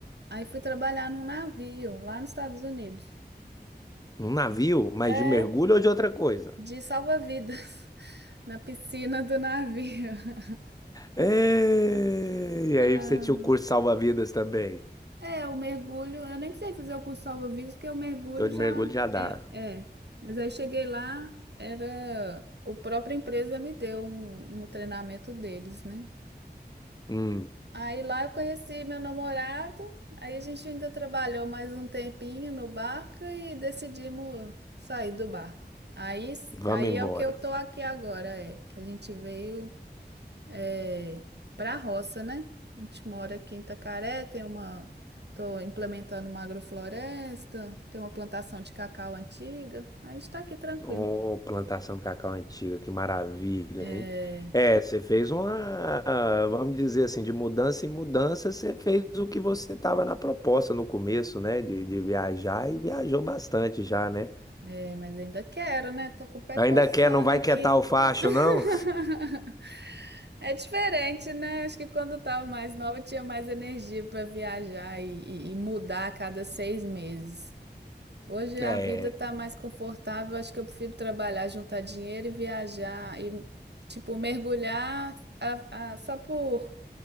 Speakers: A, on the right (about 75°); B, on the left (about 20°).
A: Aí fui trabalhar num navio lá nos Estados Unidos.
B: Num navio, mas
A: É,
B: de mergulho ou de outra coisa?
A: de salva-vidas, <laughs> na piscina do navio. <laughs>
B: É, E
A: Ah,
B: aí você tinha o curso salva-vidas também.
A: é, o mergulho, eu nem sei fazer o curso salva-vidas, porque o mergulho
B: Então de
A: já
B: mergulho já dá.
A: é, é. Mas aí cheguei lá, era, o própria empresa me deu um, um treinamento deles, né?
B: Hum,
A: Aí lá eu conheci meu namorado, aí a gente ainda trabalhou mais um tempinho no barco e decidimos sair do barco. Aí,
B: vamos
A: aí
B: embora.
A: é o que eu tô aqui agora, é que a gente veio é, para a roça, né? A gente mora aqui em Itacaré, tem uma, tô implementando uma agrofloresta, tem uma plantação de cacau antiga, aí a gente tá aqui tranquilo.
B: Ô, plantação de cacau antiga, que maravilha,
A: É,
B: hein? É, você fez uma, vamos dizer assim, de mudança em mudança, você fez o que você estava na proposta no começo, né? De, de viajar e viajou bastante já, né?
A: é, mas ainda quero, né? Tô com o pé
B: Ainda
A: coçando
B: quer, não vai
A: aqui.
B: quietar o facho,
A: <laughs>
B: não?
A: É diferente, né? Acho que quando eu tava mais nova, eu tinha mais energia para viajar e, e- e mudar a cada seis meses. Hoje a
B: É.
A: vida tá mais confortável, acho que eu prefiro trabalhar, juntar dinheiro e viajar e, tipo, mergulhar a- a- só por,